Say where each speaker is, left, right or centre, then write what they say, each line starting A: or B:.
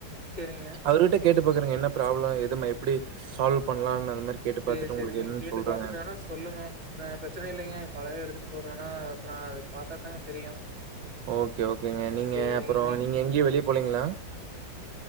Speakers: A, on the right; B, on the right.
A: செரிங்க
B: அவர்கிட்ட கேட்டு பாக்குறங்க என்ன ப்ராப்ளம் எது எப்படி சால்வ் பண்ணலானு இந்த மாரி கேட்டு
A: சேரி
B: பாத்துட்டு
A: செரிங்க
B: உங்களுக்கு என்னன்னு
A: கேட்டு
B: சொல்றங்க
A: பாத்துட்டு வேணா சொல்லுங்க பிர பிரச்சன இல்லைங்க காலைல எடுத்துட்டு போறதுன்னா அப்ரோ அது பார்த்தாதாங்க தெரியு
B: ஓகே ஓகேங்க
A: ஆ
B: நீங்க
A: சேரிங்க
B: அப்ரோ நீங்க எங்கயு வெளிய போலீங்களா